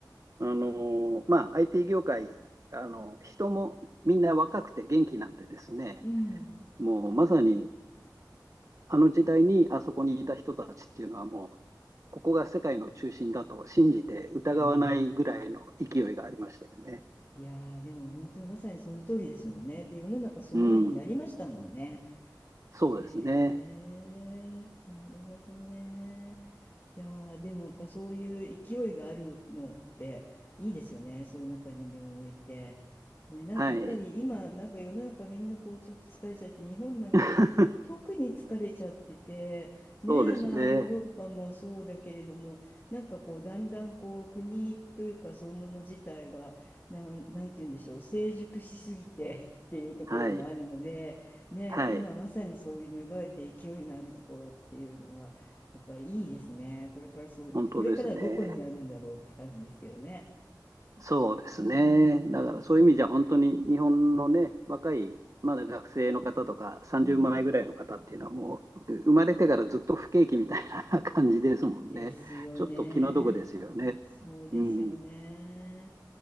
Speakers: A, on the right; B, on the left.
A: あの、まあ、IT 業界、あの、人もみんな若くて元気なんでですね、
B: うん、
A: もうまさにあの時代にあそこにいた人たちっていうのはもう、ここが世界の中心だと信じて疑わないぐらいの勢いがありましたよね。
B: うん。いやー、でも本当にまさにその通りですもんね。で、世の中そのようになりましたもんね。
A: うん、そうですね。
B: へえ、なるほどね。いやー、でもやっぱそういう勢いがあるのっていいですよね。そういう中に身を置いて。ね、なんかやっぱり今、
A: はい。
B: なんか世の中みんなこうちょっと疲れちゃって、日本なんかも特に疲れちゃってて、
A: <laughs> そうですね。
B: ね、まあヨーロッパもそうだけれども、なんかこうだんだんこう国というかそういうもの自体が、なん、なんて言うんでしょう、成熟しすぎて <laughs> っていうところもあるので、
A: はい。
B: ねえ、
A: はい。
B: 今まさにそういう芽生えて勢いのあるところっていうのがやっぱりいいですね。これからそう、
A: 本当ですね。
B: これからどこになるんだろうって感じですけどね。
A: そうですね。
B: うーん、
A: だからそういう意味じゃ本当に日本のね、若い、まだ学生の方とか30前ぐらいの方っていうのはもう生まれてからずっと不景気みたいな
B: うん、
A: <laughs> 感じですもんね。
B: ですよね。
A: ちょっと気の毒ですよね。
B: そうですよね。
A: うん。